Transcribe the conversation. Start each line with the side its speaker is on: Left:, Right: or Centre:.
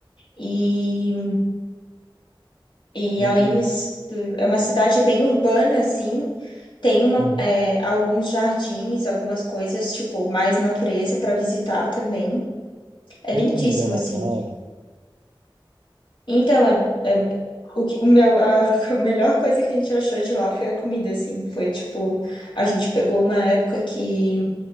Left: e, e
Right: mas
Left: além
Right: e
Left: dos,
Right: a,
Left: do, é uma cidade bem urbana, assim. Tem uma,
Right: Uhum.
Left: é, alguns jardins, algumas coisas, tipo, mais natureza para visitar também. É
Right: e
Left: lindíssimo,
Right: a comida lá
Left: assim.
Right: é da hora?
Left: Então, é- é- o que, o meu, a <laughs> a melhor coisa que a gente achou de lá foi a comida, assim. Foi tipo, a gente pegou uma época que